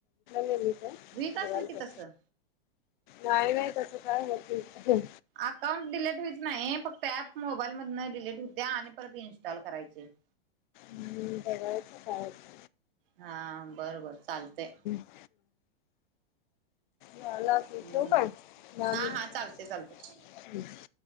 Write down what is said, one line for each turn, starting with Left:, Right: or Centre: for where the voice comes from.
Left: नई <unintelligible>
Right: होईत असेल की
Left: ब
Right: तसं.
Left: नाही नाही तस काय होत नई
Right: अकाउंट डिलीट होईत नाही फक्त ऍप मोबाईल मदन डिलीट होते आणि परत इन्स्टॉल करायचे <inaudible>
Left: हम्म बगायच काय होतय
Right: हा बर बर चालतय
Left: ह झाला की
Right: हम्म
Left: ठेवू काय? दहा
Right: हा
Left: मिनिट
Right: हा चालते चालते
Left: <inaudible>